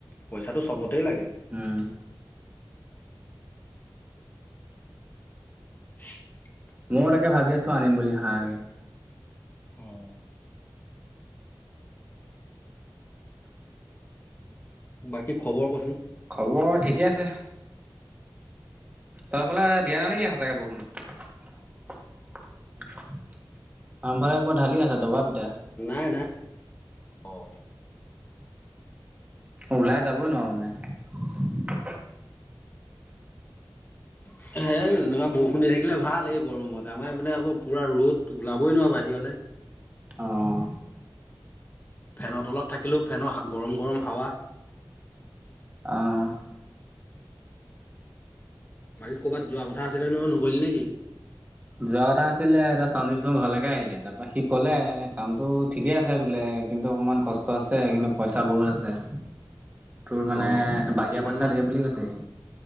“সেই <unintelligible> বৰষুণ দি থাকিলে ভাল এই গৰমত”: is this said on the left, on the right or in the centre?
Left